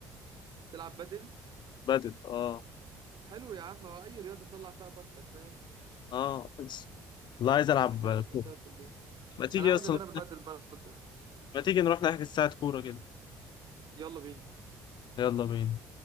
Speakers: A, on the right; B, on the left.
A: تلعب بدل
B: بدل اه
A: حلو يا عم هو اي رياضة تطلع فيها طاقتك فاهم
B: اه بس. والله عايز العب
A: احسن من انك
B: كوره
A: تقعد في البيت
B: ما تيجي
A: انا عايز
B: اصلا
A: اجرب البدل برضه
B: ما تيجي نروح نحجز ساعه كوره كده
A: يلا بينا
B: يلا بينا